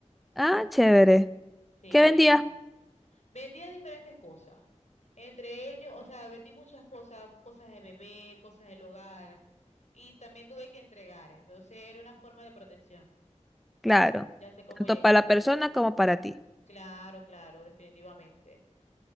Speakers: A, in the centre; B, on the left.
A: Ah, chévere.
B: Sí,
A: ¿Qué vendías?
B: Vendía diferentes cosas. Entre ellos, o sea, vendí muchas cosas, cosas de bebé, cosas del hogar, y también tuve que entregar. Entonces era una forma de protección.
A: Claro,
B: Ya sé cómo
A: tanto
B: llegarle.
A: para la persona como para ti.
B: Claro, claro, definitivamente.